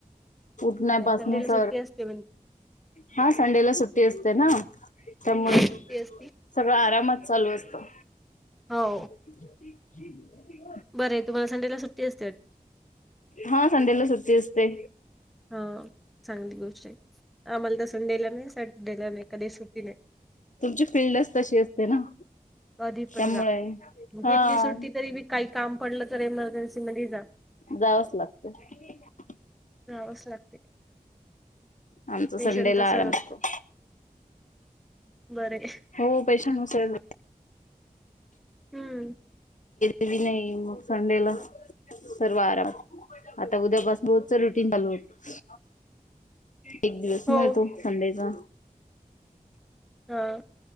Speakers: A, on the left; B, in the centre.
A: पाासून
B: संडेला
A: स
B: सुट्टी असते म्हण
A: हा संडेला सुट्टी असते ना त्यामुळे
B: संडेला सुट्टी असती
A: सगळं आरामात चालू असतं.
B: हो.
A: <unintelligible>
B: बर आहे तुम्हाला संडेला सुट्टी अस
A: हा संडेला सुट्टी अस असते.
B: हा चांगली गोष्ट आहे आम्हाला तर संडेला नाही सॅटर्डेला नाही. कधी सुट्टी नाही
A: तुमची फिल्डच तशी असते ना.
B: कधी पण
A: त्यामुळे
B: जा घेतली
A: हा
B: सुट्टी तरी बी काही काम पडलं तर एमर्जन्सी मध्येच जा.
A: जावंच लागत.
B: जावंच लागते
A: आमचा
B: पेशंट
A: संडे
B: तसच
A: ला आराम
B: असत
A: असतो.
B: बरे
A: हो पैशानसळ
B: हम्म
A: नाही मग संडेला. सर्व आरामात आता उद्या बस रोजच रुटीन चालू होत एक दिवस
B: हो
A: मिळतो संडेचा
B: हा